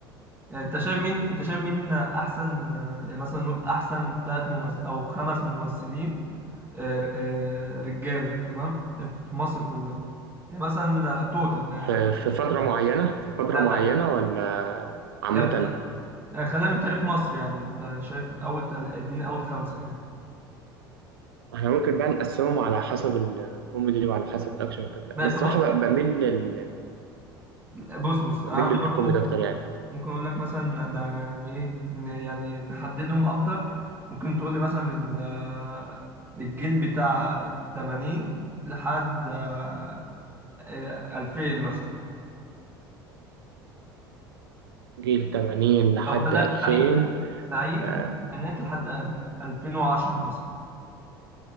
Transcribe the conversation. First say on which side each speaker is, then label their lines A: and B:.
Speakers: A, on the right; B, on the right.
A: يعني أنت شايف مين أنت شايف مين أحسن آه، يعني مثلا نقول أحسن تلات ممثل أو خمس ممثلين آه، آه، رجاله تمام في مصر كلها يعني مثلا توتال يعني
B: في في فترة معينة في فترة
A: لا
B: معينة
A: لا
B: ولا عامة
A: يعني مثلا آه، خلينا من تاريخ مصر يعني انت شايف اول تل... اديني اول خمسه كده
B: احنا ممكن بقى نقسمهم على حسب الكوميدي وعلى حسب الاكشن وكده
A: ماشي
B: انا الصراحة
A: طب بص بص
B: بقى بميل لل...
A: بص بص
B: بميل
A: انا عندي
B: للكوميدي
A: برضو ممكن
B: أكتر يعني
A: ممكن اقول لك مثلا ن... ن- يعني ايه ن... يعني نحددهم اكتر ممكن تقول لي مثلا من آه، الجيل بتاع 80 لحد آه، آه، 2000 مثلا
B: جيل 80 لحد
A: لو بدأت
B: 2000
A: سعيد سعيد من
B: آه،
A: الثمانينات لحد ألف- 2010 مثلا